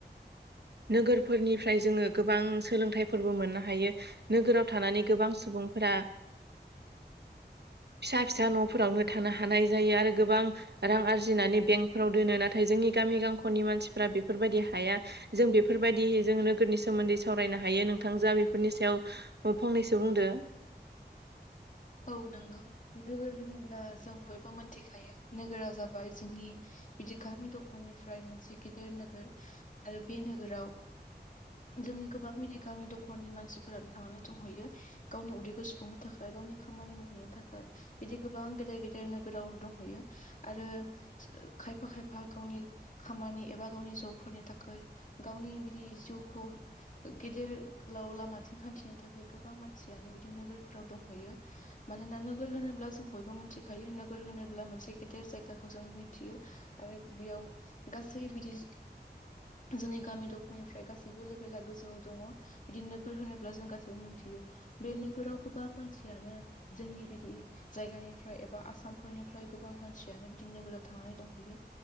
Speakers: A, on the right; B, on the left.
A: नोगोरफोरनिफ्राय जोङो गोबां सोलोंथाइफोरबो मोननो हायो। नोगोराव थानानै गोबां सुबुंफोरा फिसा फिसा न'फोरावनो थानो हानाय जायो आरो गोबां रां आरजिनानै बेंकफोराव दोनो नाथाय जोंनि गामि गांखनि मानसिफ्रा बेफोरबायदि हाया जों बेफोरबायदिहै जों नोगोरनि सोमोन्दै सावरायनो हायो नोंथां जा बेफोरनि सायाव फंनैसो बुंदो
B: औ नंगौ नोगोर होनोब्ला जों बयबो मिथिखायो नोगोरा जाबाय जोंनि बिदि गामि दफानिफ्राय मोनसे गेदिर नोगोर आरो बे नोगोराव जोंनि गोबां बिदि गामि दफानि मानसिफोरानो थांनानै दंहैयो गावनि उदैखौ सुफुंनो थाखाय गावनि खामानि मावहैनो थाखाय बिदि गोबां गेदेर गेदेर नोगोराव दंहैयो आरो खायफा खायफा गावनि खामानि एबा गावनि जबफोरनि थाखाय गावनि बिदि जिउखौ गेदेर गोलाव लामाथिं हान्थिनो थाखाय गोबां मानसियानो बिदि नोगोरफोराव दंहैयो मानोना नोगोर होनोब्ला जों बयबो मिथिखायो नोगोर होनोब्ला मोनसे गेदेर जायगाखौ जों मिथियो आरो बेयाव गासै बिदि जोंनि गामि दफीनिफ्राय गासैबो लेभेला गोजौआव दङ बिदि नोगोर होनोब्ला जों गासिबो मोनथियो बे नोगोराव गोबां मानसि यानो जोंनि बिदि जायगानिफ्राय एबा आसामफोरनिफ्राय गोबां मानसियानो बिदिनो नोगोराव थांनानै दंहैयो